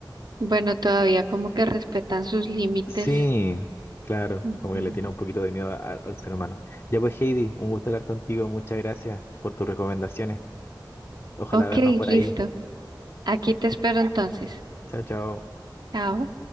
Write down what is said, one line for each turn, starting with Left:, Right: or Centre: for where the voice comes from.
Right: Bueno, todavía como que respetan sus límites.
Left: Sí, claro,
Right: Ujú.
Left: como que le tiene un poquito de miedo a- al ser humano. Ya pues, Heidi, un gusto hablar contigo, muchas gracias por tus recomendaciones. Ojalá
Right: Ok,
Left: vernos por
Right: listo.
Left: ahí.
Right: Aquí te espero entonces.
Left: Chao, chao.
Right: Chao.